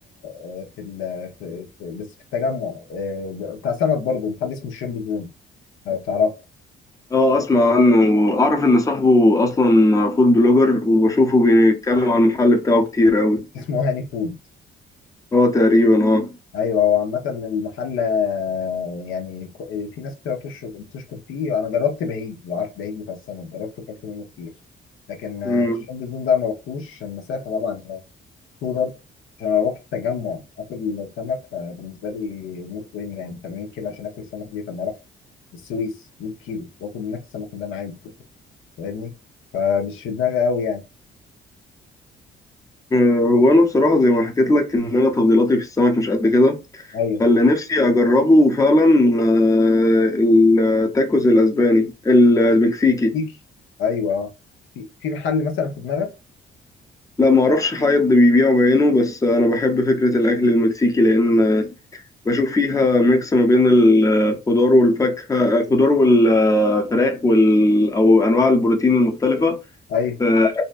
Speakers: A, on the left; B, on the left.
A: آه، في, ال- في, في بس في التجمع آه، بتاع سمك برضه محل اسمه الشريمب زون لو تعرفه
B: اه اسمع عنه اعرف ان صاحبه اصلا فود بلوجر وبشوفه بيتكلم عن المحل بتاعه كتير قوي
A: اسمه هاني فود
B: اه تقريبا اه
A: ايوه هو عامة المحل آه، يعني كو- في ناس كتير بتشكر بتشكر فيه انا جربت بهيج لو عارف بهيج بتاع السمك جربته وكلت منه كتير لكن آه،
B: مم.
A: شم النيل ده ما رحتوش عشان المسافة طبعا عشان اكتوبر عشان اروح التجمع اكل سمك فبالنسبة لي موت وين يعني 80 كيلو عشان اكل سمك ليه طب ما اروح السويس 100 كيلو واكل هناك السمك اللي انا عايزه فاهمني فمش في دماغي قوي يعني
B: آه، هو انا بصراحه زي ما حكيت لك ان انا تفضيلاتي في السمك مش قد كده
A: ايوه
B: فاللي نفسي اجربه فعلا آه، التاكوز الاسباني المكسيكي
A: فيك ايوه آه. في في محل مثلا في دماغك
B: لا ما اعرفش حد بيبيعه بعينه بس انا بحب فكره الاكل المكسيكي لان بشوف فيها ميكس ما بين الخضار والفاكهة الخضار والفراخ وال... أو أنواع البروتين المختلفة
A: ايوه
B: في